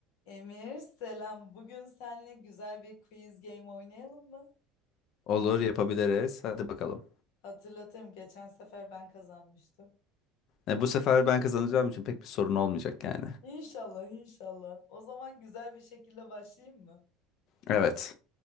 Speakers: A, on the left; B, on the left.
A: Emir, selam. Bugün seninle güzel bir quiz game oynayalım mı?
B: Olur yapabiliriz. Hadi bakalım.
A: Hatırlatırım, geçen sefer ben kazanmıştım.
B: E, bu sefer ben kazanacağım için pek bir sorun olmayacak yani.
A: İnşallah, inşallah. O zaman güzel bir şekilde başlayayım mı?
B: Evet.